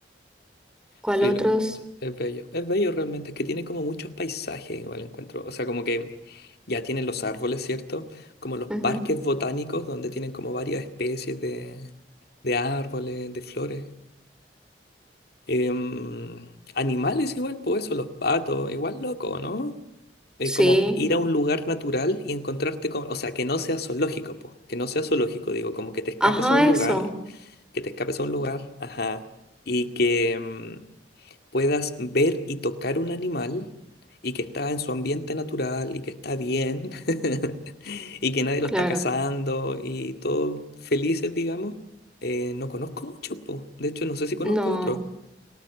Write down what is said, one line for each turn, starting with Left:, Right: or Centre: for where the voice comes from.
Centre: ¿Cuál
Left: Sí,
Centre: otros?
Left: lo encuentro. Es bello. Es bello realmente. Es que tiene como muchos paisajes, igual encuentro. O sea, como que ya tienen los árboles, ¿cierto? Como los
Centre: Ujú.
Left: parques botánicos donde tienen como varias especies de, de árboles, de flores. Em, animales igual, pues eso, los patos, igual loco, ¿no? Es
Centre: Sí,
Left: como ir a un lugar natural y encontrarte con, o sea, que no sea zoológico, pues, que no sea zoológico, digo, como que te escapes
Centre: ajá,
Left: a un lugar,
Centre: eso,
Left: que te escapes a un lugar, ajá, y que em, puedas ver y tocar un animal y que está en su ambiente natural y que está bien <laughs> y que nadie lo
Centre: claro.
Left: está cazando y todos felices, digamos. Eh, no conozco mucho, pues, de hecho, no sé si conozco
Centre: No.
Left: otro.